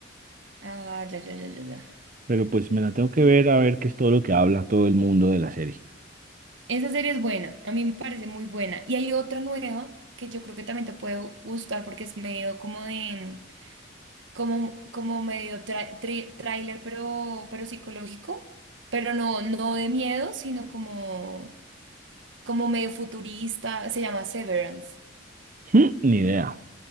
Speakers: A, on the right; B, on the right.
A: Ah, ya, ya, ya, ya, ya.
B: Pero pues me la tengo que ver a ver qué es todo lo que habla todo el mundo de la serie.
A: Esa serie es buena, a mí me parece muy buena. Y hay otra nueva que yo creo que también te puede gustar porque es medio como de, como, como medio tra- tri- tráiler, pero, pero psicológico. Pero no, no de miedo, sino como como medio futurista, se llama Severance.
B: Mm, Ni idea.